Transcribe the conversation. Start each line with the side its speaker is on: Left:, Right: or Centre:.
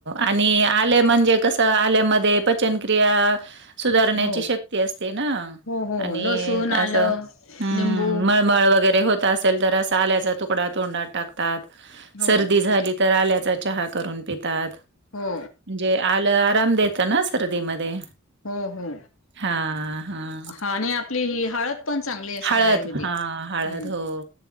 Right: आणि आले म म्हणजे, कसं आलेमध्ये पचन क्रिया सुधारण्याची
Left: हो
Right: शक्ती असते, ना
Left: हो हो
Right: आणि
Left: लसूण आलं
Right: असं हम्म!
Left: लिंबू
Right: मळमळ वगैरे रे होत आसेल तर आल्याचा तुकडा तोंडात टाकतात.
Left: हो
Right: सर्दी झाली त तर आल्याचा चहा करून पितात
Left: हो
Right: म्हणजे, आलं आराम देत ना सर्दीमध्ये.
Left: हो हो
Right: हां, हां.
Left: हा आणि आपली ही हळद. पण चांगली असते,
Right: हळद
Left: आयुर्वेदिक
Right: हां, हळद.
Left: हम्म!
Right: हो,